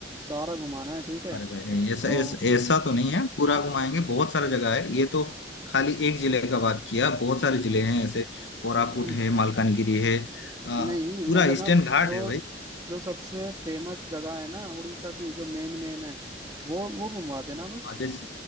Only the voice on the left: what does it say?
अरे भाई नहीं ऐसा
ऐसा ऐसा तो नहीं है पूरा घुमाएंगे बहुत सारा जगह है ये तो खाली एक जिले का बात किया बहुत सारे जिले हैं ऐसे कोरापुट
है
मालकानगिरी है अ,
पूरा ईस्टर्न
घाट
है
भाई